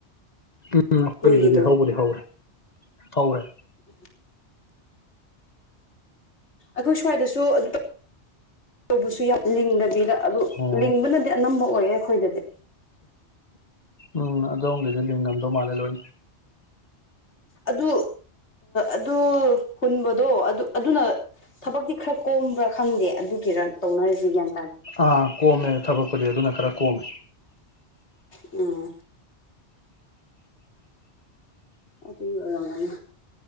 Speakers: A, on the left; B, on the left.
A: ꯎꯝ ꯑꯩꯈꯣꯏꯒꯤꯗꯨꯗꯤ
B: ꯅꯣꯏꯒꯤꯗꯣ
A: ꯍꯧꯕꯗꯤ ꯍꯧꯔꯦ ꯍꯧꯔꯦ
B: ꯎꯝ ꯑꯩꯈꯣꯏ ꯁ꯭ꯋꯥꯏꯗꯁꯨ ꯑꯗꯨ ꯇꯧꯕꯁꯨ ꯌꯥꯝ ꯂꯤꯡꯗꯕꯤꯗ ꯑꯗꯨ
A: ꯑꯣ
B: ꯂꯤꯡꯕꯅꯗꯤ ꯑꯅꯝꯕ ꯑꯣꯏꯌꯦ ꯑꯩꯈꯣꯏꯗꯗꯤ
A: ꯎꯝ ꯑꯗꯒꯤꯁꯨ ꯂꯤꯡꯉꯝꯗꯧ ꯃꯥꯜꯂꯦ ꯂꯣꯏ
B: ꯑꯗꯨ ꯑꯗꯨ ꯍꯨꯟꯕꯗꯣ ꯑꯗꯨ ꯑꯗꯨꯅ ꯊꯕꯛꯇꯤ ꯈꯔ ꯀꯣꯝꯕ꯭ꯔꯥ ꯈꯪꯗꯦ ꯑꯗꯨꯒꯤꯔ ꯇꯧꯅꯔꯔꯤꯁꯤꯦ ꯒ꯭ꯟ
A: ꯑꯥ ꯀꯣꯝꯃꯦ ꯊꯕꯛꯄꯨꯗꯤ ꯑꯗꯨꯅ ꯈꯔ ꯀꯣꯝꯃꯦ
B: ꯎꯝ ꯑꯗꯨꯒꯤ ꯑꯣꯏꯔꯒꯅꯤ